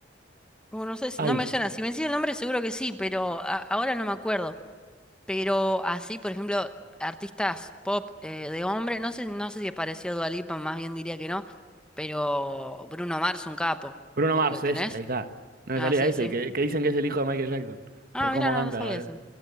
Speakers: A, in the centre; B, on the right (about 50°).
A: Uh, no sé, si-
B: ay,
A: no me suena. Si me decís el nombre, seguro que sí, pero a- ahora no me acuerdo. Pero así, por ejemplo, artistas pop eh, de hombre, no sé, no sé si apareció Dua Lipa, más bien diría que no. Pero Bruno Mars, un capo.
B: Bruno
A: ¿Lo,
B: Mars,
A: lo tenés?
B: ese, ahí está. No
A: Ah,
B: me salía
A: sí,
B: ese,
A: sí.
B: que, que dicen que es el hijo de Michael Jackson,
A: Ah,
B: por cómo
A: mira, no,
B: canta,
A: no sabía
B: boludo.
A: eso.